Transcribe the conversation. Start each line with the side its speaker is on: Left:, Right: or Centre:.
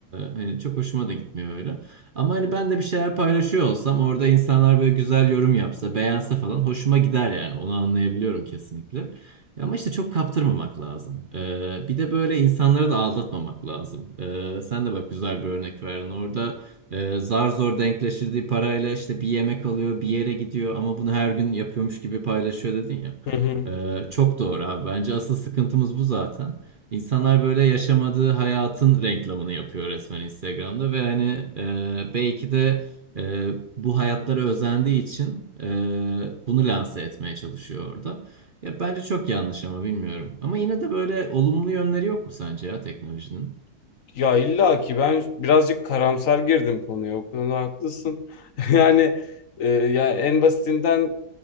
Right: hani çok hoşuma da gitmiyor öyle. Ama hani ben de bir şeyler paylaşıyor olsam orada insanlar böyle güzel yorum yapsa, beğense falan hoşuma gider yani. Onu anlayabiliyorum kesinlikle. Ya Ama işte çok kaptırmamak lazım. Ee, bir de böyle insanları da aldatmamak lazım. Ee, sen de bak güzel bir örnek verdin. Orada e, zar zor denkleştirdiği parayla işte bir yemek alıyor, bir yere gidiyor ama bunu her gün yapıyormuş gibi paylaşıyor dedin ya.
Left: Hı hı.
Right: Ee, çok doğru abi. Bence asıl sıkıntımız bu zaten. İnsanlar böyle yaşamadığı hayatın reklamını yapıyor resmen Instagram'da ve hani e, belki de e, bu hayatlara özendiği için e, bunu lanse etmeye çalışıyor orada. Ya bence çok yanlış ama bilmiyorum. Ama yine de böyle olumlu yönleri yok mu sence ya teknolojinin?
Left: Ya illa ki ben birazcık karamsar girdim konuya. O konuda haklısın. <laughs> Yani e, ya en basitinden